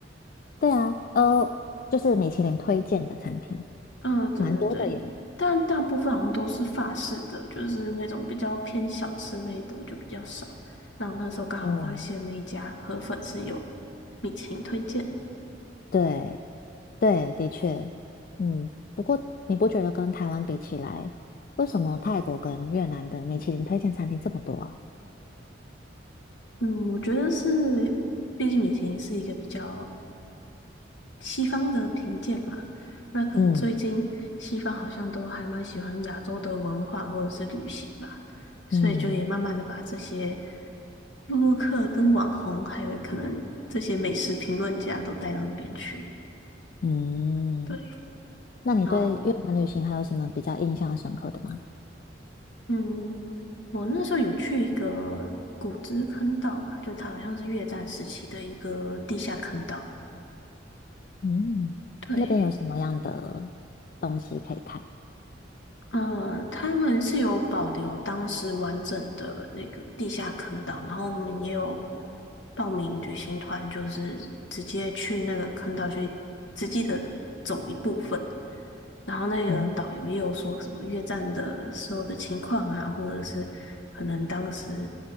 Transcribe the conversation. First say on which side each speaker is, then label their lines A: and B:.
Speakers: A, on the left (about 45°); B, on the left (about 70°).
A: 对啊，呃，就是米其林推荐的餐厅，
B: 嗯，对对对，
A: 蛮多的耶。
B: 但大部分好像都是法式的，就是那种比较偏小吃类的就比较少。那我那时候刚好发现那一家河粉是有
A: 嗯，
B: 米其林推荐，
A: 对。对，的确，嗯，不过你不觉得跟台湾比起来，为什么泰国跟越南的米其林推荐餐厅这么多啊？
B: 嗯，我觉得是，毕竟米其林是一个比较西方的评鉴嘛，那可能最近西方好像都还蛮喜欢亚洲的文化或者是旅行吧，
A: 嗯
B: 所以就也慢慢的把这些
A: 嗯
B: 布洛克跟网红，还有可能这些美食评论家都带到那边去。
A: 嗯，
B: 对，
A: 那你对越南旅行还有什么比较印象深刻的吗？
B: 啊，嗯，我那时候有去一个古芝坑道吧，就它好像是越战时期的一个地下坑道。
A: 嗯，
B: 对，
A: 那边有什么样的东西可以看？
B: 呃，他们是有保留当时完整的那个地下坑道，然后我们也有报名旅行团，就是直接去那个坑道去实际的走一部分，然后那个导游也有说什么越战的时候的情况啊，
A: 嗯
B: 或者是可能当时